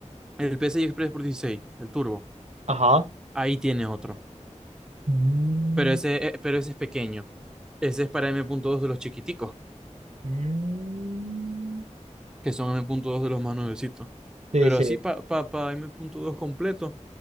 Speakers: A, in the centre; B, on the right (about 65°).
A: el PCI Express por 16 el turbo.
B: Ajá.
A: Ahí tiene otro.
B: Mm,
A: Pero ese, eh, pero ese es pequeño. Ese es para m punto dos de los chiquiticos,
B: mm.
A: que son m punto dos de los más nuevecitos.
B: Sí,
A: Pero
B: sí.
A: así para pa, pa- pa M punto dos completo,